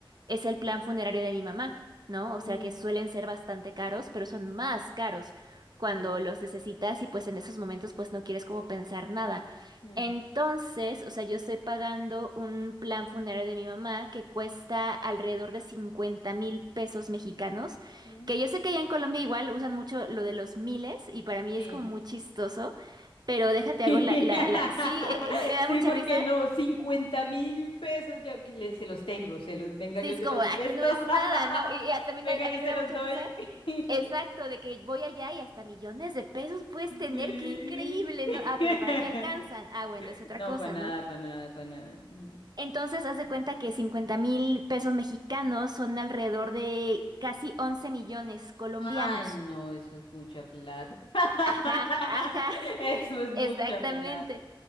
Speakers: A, on the right; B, on the left.
A: es el plan funerario de mi mamá, ¿no?
B: Sí.
A: O sea
B: mm,
A: que suelen ser bastante caros, pero son más caros cuando
B: sí.
A: los necesitas y pues en esos momentos pues no quieres como pensar nada.
B: mm,
A: Entonces, o sea, yo estoy pagando un plan funerario de mi mamá que cuesta alrededor de cincuenta mil pesos mexicanos,
B: mm,
A: que yo sé que allá en Colombia igual usan mucho lo de los miles y para mí
B: Sí.
A: es como muy chistoso. Pero déjate,
B: Bla,
A: hago la,
B: bla,
A: la,
B: bla,
A: la... Sí, eh,
B: bla.
A: eh, me me
B: <laughs>
A: da
B: Sí,
A: mucha
B: porque
A: risa
B: no, cincuenta mil pesos yo que le- se los tengo, se los, venga, yo
A: Sí, es
B: se
A: como,
B: los
A: aquí
B: presto,
A: no es
B: <laughs>
A: nada, ¿no? Y, y a- también
B: venga,
A: hay- a
B: yo
A: mí me
B: se
A: da
B: los
A: mucha
B: doy.
A: risa.
B: <laughs>
A: Exacto, de que voy allá y hasta millones de pesos puedes tener,
B: Sí.
A: qué increíble, ¿no? Ah,
B: <laughs>
A: pero ¿para qué alcanzan? Ah, bueno, es otra
B: No,
A: cosa,
B: para nada,
A: ¿no?
B: para nada, para nada. Ujú.
A: Entonces, haz de cuenta que cincuenta mil pesos mexicanos son alrededor de casi 11 millones colombianos.
B: Ay, no, eso es mucha plata. <laughs>
A: Ajá, ajá, <laughs>
B: Eso es mucha
A: exactamente.
B: plata.